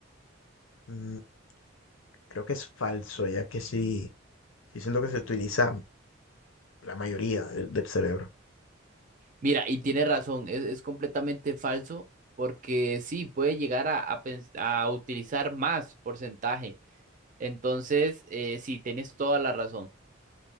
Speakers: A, on the left; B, on the right.
A: Mm, creo que es falso, ya que sí, sí siento que se utiliza la mayoría del, del cerebro.
B: Mira, y tiene razón, es, es completamente falso porque sí, puede llegar a, a pens- a utilizar más porcentaje. Entonces, eh, sí, tienes toda la razón.